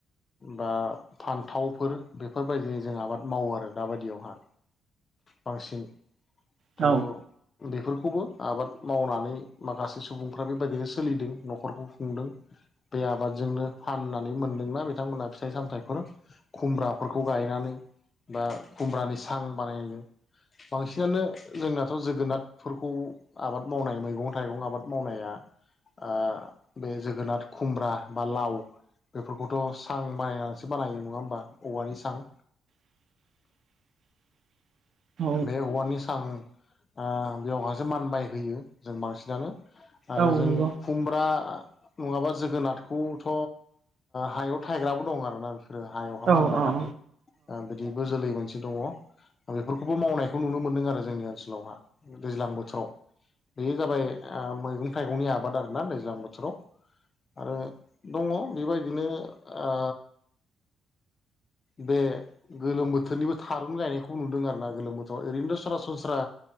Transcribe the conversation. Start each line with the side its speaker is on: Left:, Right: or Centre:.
Left: बा फान्थावफोर बेफोरबायदिनि जों आबाद मावो आरो दाबायदियावहा बांसिन
Right: औ
Left: थ' बेफोरखौबो आबाद मावनानै माखासे सुबुंफ्रा बेबायदिनो सोलिदों न'खरखौ खुंदों बे आबाद जोंनो फाननानै मोनदोंना बिथांमोनहा फिथाइ सामथाइफोर खुमब्राफोरखौ गायनानै बा खुमब्रानि सां बानायो बांसिनानो जोंनाथ' जोगोनारफोरखौ आबाद मावनाय मैगं थाइगं आबाद मावनाया ओ बे जोगोनार खुमब्रा बा लाव बेफोरखौथ' सां बानायनानैसो बानायो नङा होमबा औवानि सां
Right: <unintelligible> औ
Left: बे औवानि सां ओ बेयावहासो मानबायहोयो जों बांसिनानो आरो
Right: औ
Left: जों
Right: नंगौ
Left: खुमब्रा नङाबा जोगोनाथखौथ' हायाव थायग्राबो दं आरोना हायावहा
Right: औ
Left: मानबायनानै
Right: औ नंगौ औ
Left: बिदिबो जोलै मोनसे दङ बे बेफोरखौबो मावनायखौ नुनो मोन्दों आरो जोंनि ओनसोलावहा दैज्लां बोथोराव बे जाबाय मैगं थाइगंनि आबाद आरोना दैज्लां बोथोराव आरो दङ बेबायदिनो ओ बे गोलोम बोथोरनिबो थारुन गायनायखौ नुदों आरोना गोलोम बोथोराव ओरैनोथ' सरासनस्रा